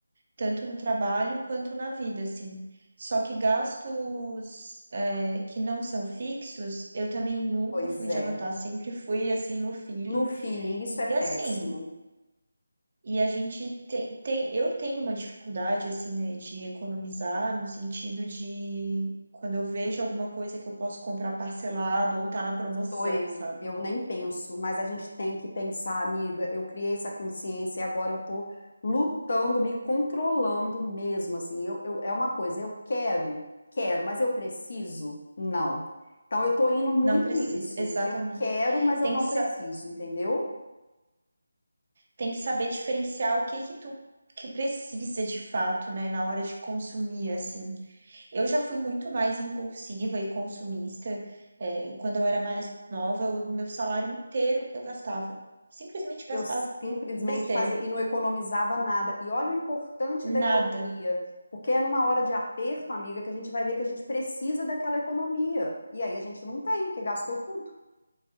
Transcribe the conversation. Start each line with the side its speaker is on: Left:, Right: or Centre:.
Right: tanto no trabalho quanto na vida, assim. Só que gastos, é, que não são fixos, eu também nunca
Left: Pois
Right: fui
Left: é,
Right: de anotar, sempre fui, assim, no feeling,
Left: no feeling, isso
Right: e
Left: é péssimo.
Right: assim, e a gente tem, tem, eu tenho uma dificuldade assim, né, de economizar no sentido de quando eu vejo alguma coisa que eu posso comprar parcelado ou tá na promoção,
Left: Sou eu,
Right: sabe?
Left: eu nem penso, mas a gente tem que pensar, amiga. Eu criei essa consciência e agora eu tô lutando, me controlando mesmo. Assim, eu, eu- é uma coisa, eu quero, quero, mas eu preciso? Não. Então, eu tô indo muito
Right: Não precisa,
Left: nisso.
Right: exatamente.
Left: Eu quero, mas eu
Right: Tem
Left: não
Right: que saber.
Left: preciso, entendeu?
Right: tem que saber diferenciar o que que tu que precisa de fato, né, na hora de consumir, assim. Eu já fui muito mais impulsiva e consumista. é, quando eu era mais nova, o meu salário inteiro eu gastava. Simplesmente gastava
Left: Eu simplesmente
Right: com besteira.
Left: fazia e não economizava nada. E olha o importante da economia,
Right: Nada.
Left: porque é numa hora de aperto, amiga, que a gente vai ver que a gente precisa daquela economia. E aí a gente não tem, porque gastou tudo.